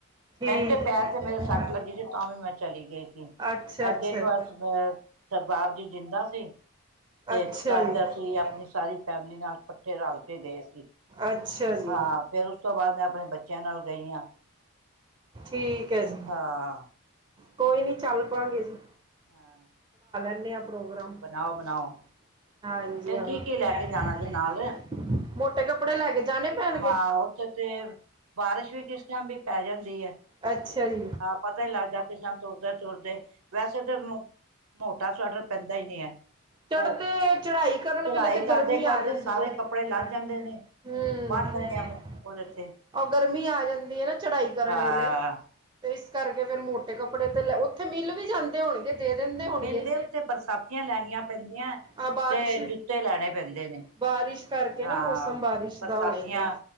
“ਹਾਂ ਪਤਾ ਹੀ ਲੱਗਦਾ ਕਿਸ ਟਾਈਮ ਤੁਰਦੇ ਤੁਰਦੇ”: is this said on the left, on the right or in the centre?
Right